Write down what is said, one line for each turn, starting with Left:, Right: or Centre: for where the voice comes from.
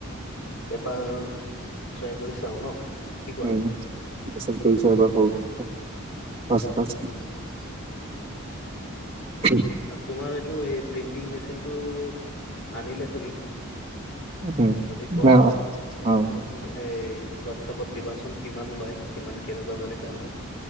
Left: এবাৰ ট্ৰাই কৰি চাওঁ ন? কোৱা
Right: চাকৰি <unintelligible>
Left: <unintelligible>
Right: <unintelligible>
Left: তোমাৰ এইটো এই প্ৰেন্টিং মেচিনটো আনিলে তুমি?
Right: নাই
Left: যদি কৰা
Right: অ অ
Left: মোক মো এই হোৱাটছাপত দিবাচোন, কিমান লয় কিমান কেনেকুৱা মানে কাম হয়?